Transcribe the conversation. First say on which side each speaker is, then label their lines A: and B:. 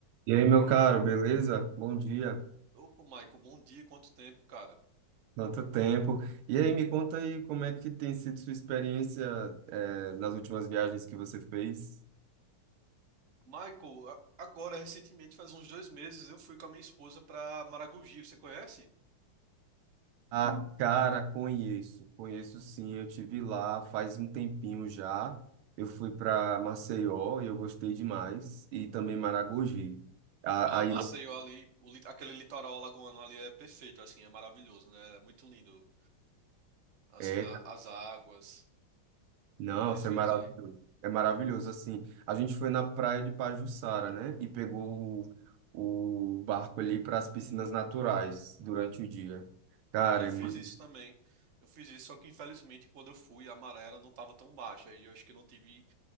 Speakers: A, on the right (about 85°); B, on the right (about 65°).
A: E aí, meu caro, beleza? Bom dia.
B: Opa, Michael, bom dia, quanto tempo, cara?
A: Quanto tempo. E aí, me conta aí como é que tem sido sua experiência, eh, nas últimas viagens que você fez?
B: Michael, a- agora, recentemente, faz uns dois meses, eu fui com a minha esposa pra Maragogi, você conhece?
A: Ah, cara, conheço, conheço sim. Eu tive lá faz um tempinho já. Eu fui para Maceió e eu gostei demais. E também Maragogi. A-
B: Ah,
A: Aí,
B: Maceió
A: Ah,
B: ali, o li- aquele litoral alagoano ali é perfeito, assim, é maravilhoso, né? É muito lindo, assim,
A: é,
B: a- as águas,
A: Nossa,
B: é perfeito
A: é maravilhoso.
B: ali.
A: É maravilhoso, assim. A gente foi na praia de Pajuçara, né? E pegou o, o barco ali para as piscinas naturais durante o dia. Cara,
B: Ah, eu
A: é
B: fiz
A: muito
B: isso também, eu fiz isso, só que infelizmente quando eu fui, a maré ela não estava tão baixa, e eu acho que não tive